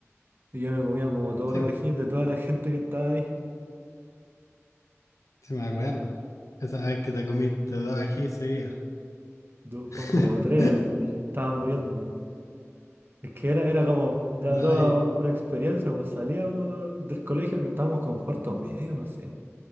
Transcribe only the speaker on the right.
Y yo me comía como todos
los
ajís de toda la <laughs> gente que estaba ahí,
dos,
son como tres, así, estaban muriéndome. Es que era, era como, era
toda
un- una experiencia, pues salíamos del colegio que estábamos como en cuarto medio, no sé,